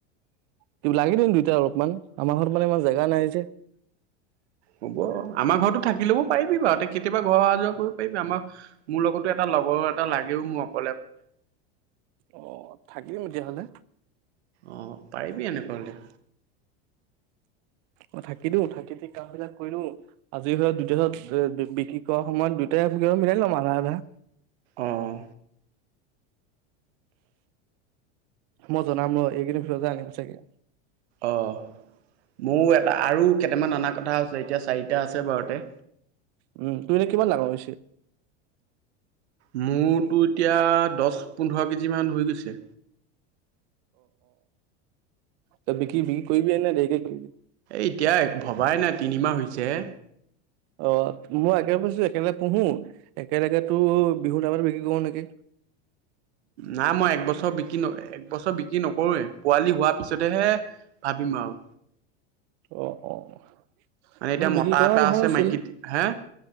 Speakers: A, on the right; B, on the right.
A: ত লাগি দিম দুটাই অলপ ইমান আমাৰ ঘৰত মানে ইমান জেগা নাই যে।
B: হ'ব আমাৰ ঘৰতো থাকি লব পাৰিবি বাৰু ত কেতিয়াবা ঘ অহ যোৱা কৰিব পাৰিবি আমাৰ মোৰ লগতো এটা লগৰ এটা লাগেও মোক
A: অ থাকিম তেতিয়াহলে
B: অহ পাৰিবি এনেকুৱা হলে
A: অ থাকি দিও থাকি দি কাম বিলাক কৰি আজি হ বিদহত বি বিক্ৰী ত সময়ত দুটাই <unintelligible> মিলাই লম আধা আধা
B: অ'
A: মই জনাম ৰ এইকেদিন দেওবাৰে আহিম চাগে
B: অঁ মোৰ এটা আৰু কেইটামান অনা কথা হৈছে এতিয়া চাৰিটা আছে ঘৰতে
A: উম তুমি এনে কিমান ডাঙৰ হৈছে
B: মোৰতো এতিয়া দছ পোন্ধৰ কেজি মান হৈ গৈছে।
A: ত বিকি বিকি কৰিবি নে দেৰিকে কৰিবি
B: এতিয়া ভবাই নাই তিনিমাহ হৈছে হে
A: অ মই একেবেছো একেলগে পুহো একেলগে পুহো বিহু টাইমত বিক্ৰী কৰো এনেকে
B: নাই মই একবছৰ বিকিম অ এক বছৰ বিক্ৰী নকৰোৱে পোৱালি হোৱাৰ পিছতেহে ভাবিম আৰু।
A: অ অ মানে
B: এতিয়া
A: বিক্ৰী
B: মতা
A: কৰা
B: এটা
A: ভাল
B: আছে
A: আছিল
B: মাইকী হে